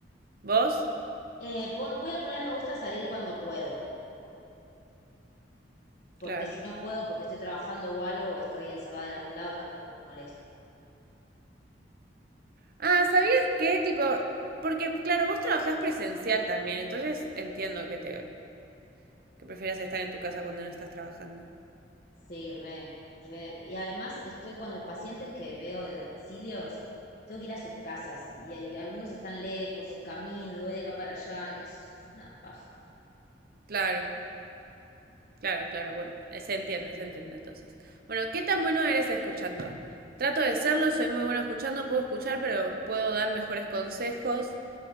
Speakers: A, on the right (about 55°); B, on the left (about 45°).
A: ¿Vos?
B: Eh, pon- voy a poner me gusta salir cuando puedo.
A: Claro.
B: Porque si no puedo, porque estoy trabajando o algo, o estoy encerrada en algún lado, tampoco me molesta.
A: Ah, ¿sabías qué? Tipo, porque, claro, vos trabajás presencial también, entonces entiendo que te, que prefieras estar en tu casa cuando no estás trabajando.
B: Sí, re, re. Y además estoy con los pacientes que veo de domicilios, tengo que ir a sus casas y, hay- algunos están lejos y camino y voy de acá para allá. y eso es una paja.
A: Claro, claro, claro, bueno, eh, se entiende, se entiende entonces. Bueno, ¿qué tan bueno eres escuchando? Trato de serlo, soy muy bueno escuchando, puedo escuchar, pero puedo dar mejores consejos.